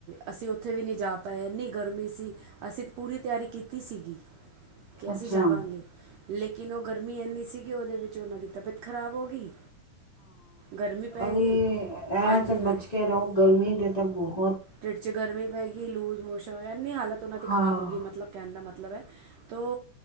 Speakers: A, on the right (about 80°); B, on the left (about 60°).
A: ਅਸੀਂ ਉੱਥੇ ਵੀ ਨਹੀਂ ਜਾ ਪਾਏ ਇੰਨੀ ਗਰਮੀ ਸੀ ਅਸੀਂ ਤਾਂ ਪੂਰੀ ਤਿਆਰੀ ਕੀਤੀ ਸੀਗੀ। ਕਿ ਅਸੀਂ
B: ਅੱਛਾ
A: ਜਾਵਾਂਗੇ। ਲੇਕਿਨ ਉਹ ਗਰਮੀ ਇੰਨੀ ਸੀ ਕੀ ਉਹਦੇ ਵਿੱਚ ਉਹਨਾਂ ਦੀ ਤਬੀਅਤ ਖ਼ਰਾਬ ਹੋ ਗਈ ਗਰਮੀ ਪੈ
B: ਭੀ
A: ਗਈ ਹਾਂਜੀ
B: ਐ ਤਾਂ ਬਚ ਕੇ ਰਹੋ ਗਰਮੀ ਦੇ ਤੇ ਬਹੁ
A: ਟਿਡ ਚ ਗਰਮੀ ਪੈ ਗਈ ਲੂਜ ਮੋਸ਼ਨ ਤੋਂ ਇੰਨੀ ਹਾਲਤ ਉਹਨਾਂ ਦੀ
B: ਹਾਂ
A: ਖ਼ਰਾਬ ਹੋ ਗਈ ਮਤਲਬ ਕਹਿਣ ਦਾ ਮਤਲਬ ਹੈ ਤੋ